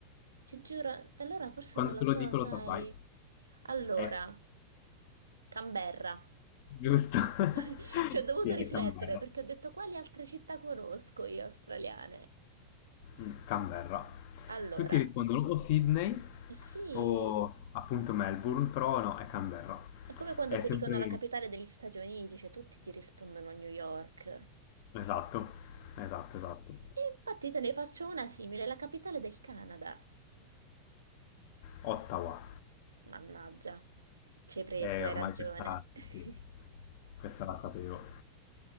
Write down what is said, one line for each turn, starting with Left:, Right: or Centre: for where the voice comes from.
Right: Ti giuro, allora forse
Left: quando
Right: non la
Left: te lo
Right: so,
Left: dico
Right: sai.
Left: lo saprai.
Right: Allora,
Left: Eh,
Right: Canberra.
Left: giusto. <laughs>
Right: <laughs> Ci ho dovuto
Left: Sì, è
Right: riflettere
Left: Canberra.
Right: perché ho detto quali altre città conosco io australiane.
Left: Mm, Canberra.
Right: Allora,
Left: Tutti rispondono o Sydney
Right: eh sì,
Left: o appunto Melbourne, però no, è Canberra.
Right: è come quando
Left: È
Right: ti
Left: sempre...
Right: dicono la capitale degli Stati Uniti, cioè tutti ti rispondono New York. E
Left: Esatto, esatto, esatto.
Right: infatti te ne faccio una simile, la capitale del Canada.
Left: Ottawa.
Right: Mannaggia, ci hai preso,
Left: Eh,
Right: hai
Left: ormai
Right: ragione.
Left: questa...
Right: <laughs>
Left: Sì, sì, questa la sapevo.